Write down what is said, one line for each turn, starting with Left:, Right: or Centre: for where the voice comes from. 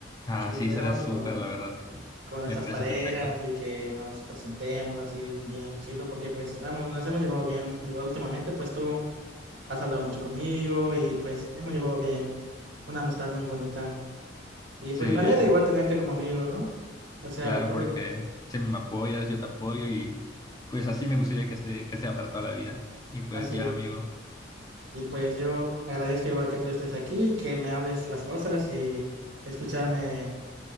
Left: Ah,
Right: Que
Left: sí,
Right: salgamos
Left: estaría súper,
Right: con,
Left: la verdad.
Right: con nuestras
Left: Me parece
Right: parejas
Left: perfecto.
Right: y que nos presentemos así bien chido, porque pues, vamos, nos hemos llevado bien. Igual últimamente, pues tú has hablado mucho conmigo y pues hemos llevado bien una amistad muy bonita. Y
Left: Sí,
Right: pues me alegra
Left: eh,
Right: igual tenerte como amigo, ¿no? O sea,
Left: claro,
Right: todo
Left: porque siempre me apoyas, yo te apoyo y pues así me gustaría que, esté, que sea para toda la vida. Y pues
Right: así.
Left: ya, amigo,
Right: Y pues yo agradezco igual que tú estés aquí, y que me hables las cosas y escucharme,